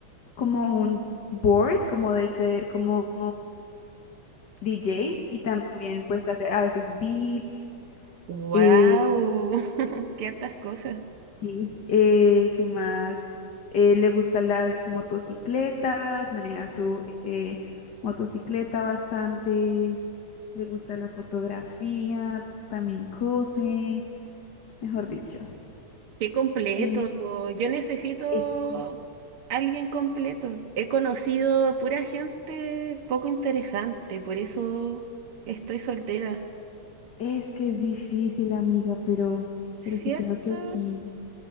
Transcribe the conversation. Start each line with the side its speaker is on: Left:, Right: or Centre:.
Left: como un board, como de ser como DJ y también pues hace a veces beats.
Right: Wow,
Left: Eh,
Right: <laughs> qué hartas cosas.
Left: sí, eh, ¿qué más? Eh, le gustan las motocicletas, maneja su eh, motocicleta bastante. Le gusta la fotografía, también cose, mejor dicho.
Right: Qué completo.
Left: Eh,
Right: Yo necesito
Left: Es completo.
Right: alguien completo. He conocido pura gente poco interesante, por eso estoy soltera.
Left: Es que es difícil, amiga, pero,
Right: ¿Cierto?
Left: pero sí creo que aquí,